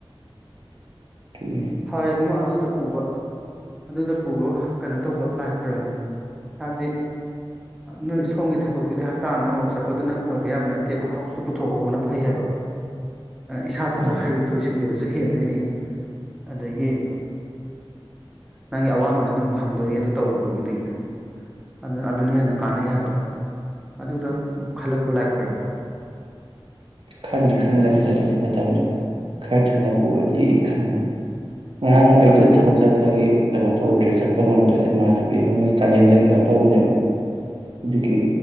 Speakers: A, on the right (about 65°); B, in the centre.
A: ꯑꯗꯨꯒꯤ
B: ꯐꯔꯦ ꯏꯕꯨꯉꯣ ꯑꯗꯨꯗ ꯄꯨꯕ ꯑꯗꯨꯗ ꯄꯨꯕ ꯀꯩꯅꯣ ꯇꯧꯕ ꯂꯥꯏ ꯈꯣꯏꯔꯝꯃꯨ ꯍꯥꯏꯕꯗꯤ ꯅꯣꯏ ꯁꯣꯝꯒꯤ ꯊꯕꯛꯇꯨꯗꯤ ꯍꯞꯇꯥꯗ ꯑꯃꯃꯨꯛ ꯆꯠꯄꯗꯨꯅ ꯑꯣꯏꯕ ꯌꯥꯕ ꯅꯠꯇꯦꯕ ꯍꯥꯎꯁꯇꯣ ꯄꯨꯊꯣꯛꯍꯧꯕꯅ ꯐꯩ ꯍꯥꯏꯕ ꯏꯁꯥꯗꯨꯁꯨ
A: ꯍꯣꯏ
B: ꯍꯩꯊꯣꯏ ꯁꯤꯡ ꯀꯣꯏꯕꯁꯨ ꯍꯦꯟꯗꯣꯏꯅꯤ ꯑꯗꯒꯤ ꯅꯪꯒꯤ ꯑꯋꯥꯃꯟꯖꯨ ꯑꯗꯨꯝ ꯐꯪꯗꯣꯏꯅꯤ ꯑꯗꯨ ꯇꯧꯔꯨꯕꯒꯤꯗꯤ ꯑꯗꯨ ꯑꯗꯨꯅ ꯍꯦꯟꯅ ꯀꯥꯟꯅꯩ ꯍꯥꯏꯕ ꯑꯗꯨꯗ ꯈꯜꯂꯛꯄ ꯂꯥꯏ ꯈꯣꯏꯔꯝꯃꯣ
A: ꯈꯟꯗꯤ ꯈꯟꯒꯅꯤꯗ ꯑꯗꯨꯗꯤ ꯃꯇꯝꯗꯣ ꯈꯔ ꯊꯨꯅ
B: ꯎꯝ
A: ꯄꯨꯔꯗꯤ ꯈꯟꯕ ꯉꯔꯥꯡ
B: ꯎꯝ
A: ꯑꯩꯗꯣ
B: ꯑꯗꯨꯅꯤ
A: ꯊꯕꯛ ꯆꯠꯄꯒꯤ ꯀꯩꯅꯣ ꯇꯧꯗ꯭ꯔꯦ ꯆꯠ ꯆꯠꯄ ꯉꯝꯗꯅ ꯏꯃꯥꯟꯅꯕꯤ ꯑꯃꯥꯃꯣꯏ ꯆꯥꯟꯖꯦꯜꯗꯒꯤ ꯀꯩꯅꯣ ꯇꯧꯕꯅꯦꯕ ꯑꯗꯨꯒꯤ